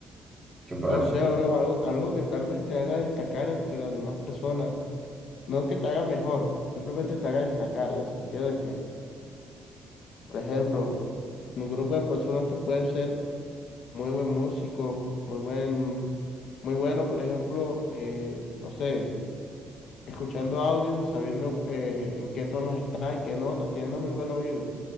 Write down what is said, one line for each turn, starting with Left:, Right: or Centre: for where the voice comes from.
Right: que puedas
Left: No sé,
Right: decir
Left: bro, algo, algo que tal vez te haga destacar entre las demás personas. No que te haga mejor, simplemente te haga destacar, en el sentido de que, por ejemplo, en un grupo de personas tú puedes ser muy buen músico, muy buen, muy bueno, por ejemplo, eh, no sé. escuchando audios y sabiendo eh, en qué tonos está, en qué notas, teniendo muy buen oído.